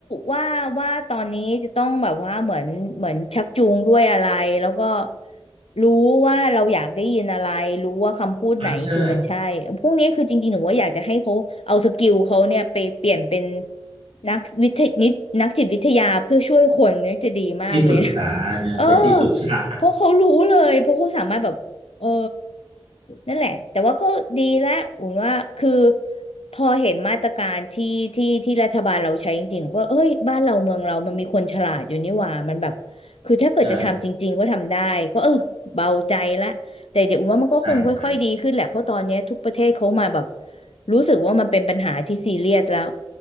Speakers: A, on the left; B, on the right.
A: ว่าว่าตอนนี้จะต้องแบบว่าเหมือนเหมือนชักจูงด้วยอะไรแล้วก็รู้ว่าเราอยากได้ยินอะไรรู้ว่าคำพูดไหนคือมันใช่พวกนี้คือจริงๆหนูว่าอยากจะให้เขาเอาสกิลเขาเนี่ยไปเปลี่ยนเป็น
B: ออใช่
A: นักวิทยนินักจิตวิทยาเพื่อช่วยคนเนี่ยจะดีมากเลยนะ
B: ที่ปรึกษานะเป็นที่ปรึกษา
A: <laughs> เออเพราะเขารู้เลยเพราะเขาสามารถแบบเออ นั่นแหละแต่ว่าก็ดีแล้วอุนว่าคือพอเห็นมาตรการที่ที่ที่รัฐบาลเราใช้จริงๆว่าเอ้ยบ้านเราเมืองเรามันมีคนฉลาดอยู่นี่หว่ามันแบบคือถ้าเกิดจะทำจริงๆก็ทำได้ก็เออเบาใจละแต่เดี๋ยวอุนว่ามันก็คงค่อยๆดีขึ้นแหละเพราะตอนเนี้ยทุกประเทศเขามาแบบ
B: ใช่ใช่ใช่
A: รู้สึกว่ามันเป็นปัญหาที่ซีเรียสแล้ว